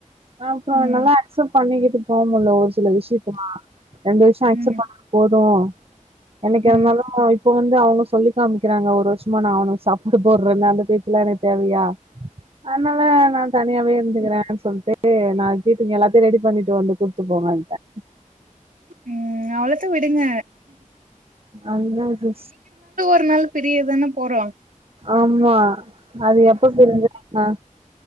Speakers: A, on the right (about 45°); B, on the right (about 75°).
A: அப்புற
B: ம்
A: என்னால் அக்செப்ட் பண்ணிக்கிட்டு போமுல்ல ஒரு சில விஷயத்தலா ரெண்டு வருஷொ அக்செப்ட்
B: ம்
A: பண்ணா போதும் என்னிகா
B: ம்
A: ருந்தாலும் இப்போ வந்து அவங்க சொல்லி காமிக்கிறாங்க ஒரு வருஷமா நான் அவனுக்கு சாப்பாடு போறேன்னு அந்த பேச்சுலாம் எனக்கு தேவையா அதனால நா தனியாவே இருந்துக்கிறேன்னு சொல்லிட்டு நா வீட்டுங்க எல்லாத்தையும் ரெடி பண்ணிட்டு வந்து கூத்துப்போ போங்கன்ட
B: ம் அவ்ளோத்தான் விடுங்க
A: ஐ நோ திஸ்
B: பின்னால பிரியதான போறோம்
A: ஆமா அது எப்ப பிரிஞ்சா என்ன